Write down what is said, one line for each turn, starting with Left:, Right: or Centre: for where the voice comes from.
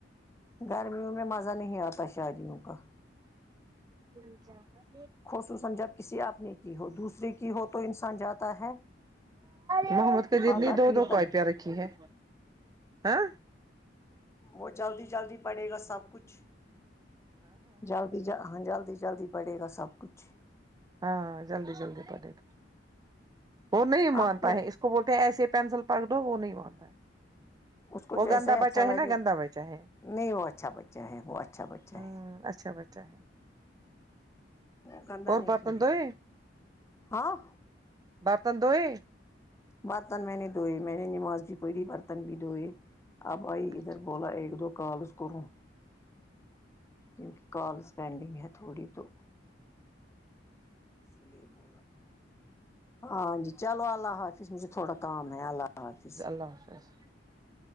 Left: گرمیوں میں مزہ نہیں آتا شادیوں کا
Right: <unintelligible>
Left: خصوصا جب کسی آپنے کی ہو دوسرے کی ہو تو انسان جاتا ہے
Right: محمد کوجتنی
Left: کھاتا
Right: دو
Left: پیتا
Right: دو بیٹ کیا رکھی ہے ہاں
Left: وہ جلدی جلدی پڑے گا سب کچھ جلدی جلدی ہاں جلدی جلدی پڑے گا سب کچھ
Right: ہاں جلدی جلدی پڑے گا اور نہیں مان
Left: آپ کے
Right: تا ہے اسکو کو بولتے ہیں ایسے پینسل پکڑو وہ نہیں مانتا ہے
Left: اس کو
Right: وہ
Left: جیسے
Right: گندا
Left: ہی اچھا
Right: بچہ ہے
Left: لگے
Right: نا گندا بچہ ہے
Left: نہیں وہ اچھا بچہ ہے وہ اچھا بچہ
Right: ہوں
Left: ہے
Right: اچھا بچہ ہے
Left: <unintelligible>
Right: اور برتن دھوئے
Left: ہاں
Right: برتن دھوئے
Left: برتن میں نے دھوئے میں نے نماز بھی پڑھی برتن بھی دھوئے اب آئی
Right: اچھا
Left: ادھر بولا ایک دو کالس کرو کیونکہ کالس پینڈنگ ہے تھوڑی تو اس لیے بولا ہاں جی چلو اللہ حافظ مجھے تھوڑا کام ہے اللہ حافظ
Right: اللہ حافظ